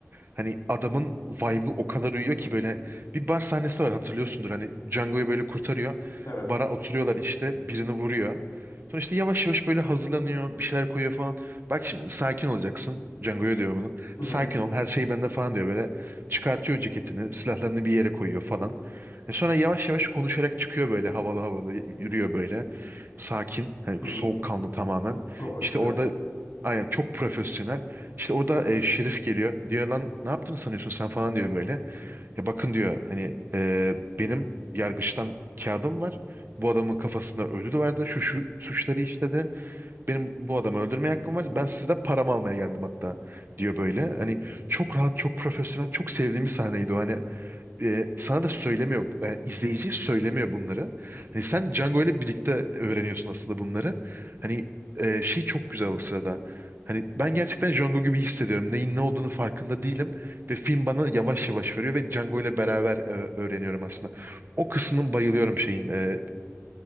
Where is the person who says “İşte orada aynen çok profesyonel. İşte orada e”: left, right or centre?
Right